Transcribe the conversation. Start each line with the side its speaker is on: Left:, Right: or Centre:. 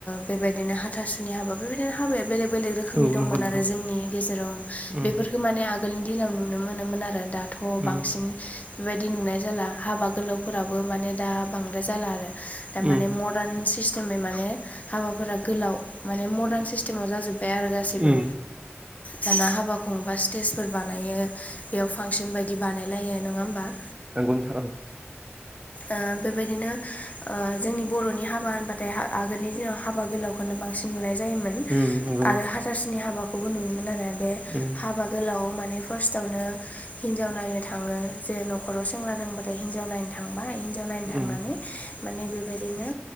Left: बेबायदिनो हाथासुनि हाबा बेबायदिनो हाबाया बेलेग बेलेग रोखोमनि
Right: औ
Left: दंमोन
Right: नंगौ नोंथां
Left: आरो जोंनि गेजेराव
Right: उम
Left: बेफोरखौ माने आ गोलनि दिनाव नुनो मोनोमोन आरो दाथ'
Right: उम
Left: बांसिन बेबायदि नुनाय जाला हाबा गोलावफोराबो माने दा बांद्राय जाला आरो दा माने
Right: उम
Left: मदार्न सिस्टेमै माने हाबाफोरा गोलाव माने मदार्न सिस्टेमाव जाजोब बाय आरो गासिबो
Right: उम
Left: दाना हाबा खुंबा स्टेजफोर बानाय बे याव फांसन बायदि बानायलायो नङा ओमबा
Right: नंगौ नोंथां
Left: ओ बेबायदिनो ओ जोंनि बर'नि हाबा होनबाथायो आ आगोलनि दिनाव हाबा गोलावखौनो बांसिन नुनाय जायोमोन
Right: उम नंगौ
Left: आरो सार्चनि हाबाखौबो नुयोमोन आरो बे
Right: उम
Left: हाबा गोलावआव माने फार्स्टावनो हिनजावनाय नो थाङो जे नखराव सेंग्रा दोङोबाथाय हिनजाव नायनो थांबाय हिनजाव नायनो थांनानै
Right: उम
Left: माने बेबायदिनो